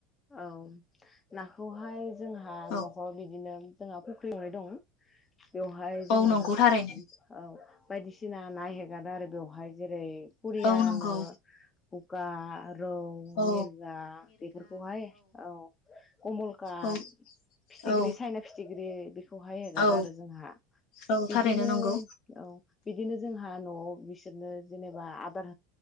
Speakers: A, on the left; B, on the left.
A: औ नाखौ हाय जोंहा
B: औ
A: नखराव बिदिनो जोंहा फुख्रिआवनाय दं बेवहाय
B: औ
A: जोंहा
B: नंगौ थारैनो
A: औ बायदिसि सिना ना हेगारो आरो बेवहाय जेरै कुरियानो
B: औ नंगौ
A: गा रौ
B: औ
A: मिरगा बेफोरखौ बेहाय औ कमलकाट
B: औ
A: फिथिग्रि
B: औ
A: साइना फिथिग्रि बेखौहाय हगारो
B: औ
A: आरो जोंहा
B: औ
A: बिदिनो
B: थारैनो नंगौ
A: औ बिदिनो जोंहा न'आव बिसोरनो जेनेबा आदार